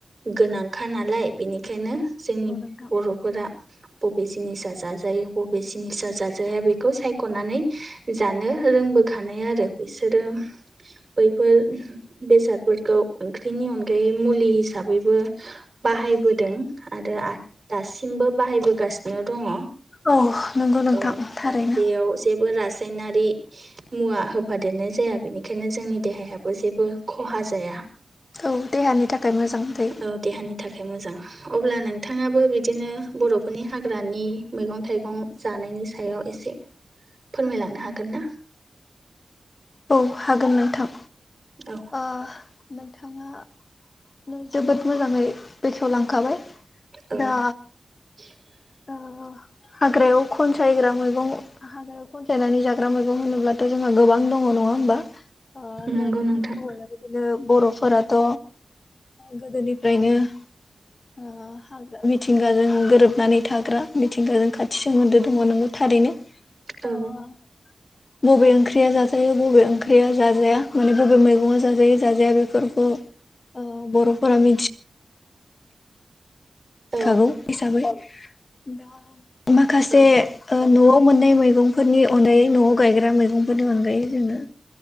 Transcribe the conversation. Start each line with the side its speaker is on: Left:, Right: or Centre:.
Right: गोनांखा नालाय बेनिखायनो जोंनि
Left: नोंथां
Right: बर' फोरा बबे जिनिसा जाजायो बबे जिनिसा जाजाया बेखौ सायख'नानै जानो रोंबोखानाय आरो। बिसोरो बैफोर बेसादफोरखौ ओंख्रिनि अनगायै मुलि हिसाबैबो बाहायबोदों आरो दासिमबो बाहायबोगासिनो दङ औ
Left: औ नंगौ नोंथां
Right: बेयाव
Left: थारैनो
Right: जेबो रासायनारि मुवा होफादेरनाय जाया बेनिखायनो जोंनि देहायाबो जेबो खहा जाया।
Left: औ देहानि थाखाय मोजां थै
Right: औ देहानि थाखाय मोजां। अब्ला नोंथाङाबो बिदिनो बर'फोरनि हाग्रानि मैगं- थाइगं जानायनि सायाव एसे फोरमायलांनो हागोन ना?
Left: औ हागोन नोंथां।
Right: औ।
Left: ओ‌ नोंथाङानो जोबोद मोजाङै बेखेवलांखाबाय।
Right: औ
Left: दा
Right: <inaudible>
Left: ओ हाग्रायाव खन सायग्रा मैगं आरो खनसायनानै जाग्रा मैगं होनोब्लाथ' जोंहा गोबां दङ नङा होमबा
Right: नंगौ
Left: दहाय
Right: नोंथां
Left: बिदिनो बर'फोराथ' गोदोनिफ्रायनो
Right: <inaudible>
Left: ओ हाग्रा मिथिंगाजों गोरोबनानै थाग्रा मिथिंगाजों खाथि सोमोन्दो दङ नोंगौ थारैनो
Right: औ
Left: अ' बबे ओंख्रिया जाजायो बबे ओंख्रिया जाजाया माने बबे मै जाजायो जाजाया बेफोरखौ बर'फोरा मिथि
Right: औ
Left: खागौ हिसाबै दा माखासे
Right: औ
Left: ओ न'आव मोननाय मैगंफोरनि अनगायै न'आव गायग्रा मैगंफोरनि अनगायै जोङो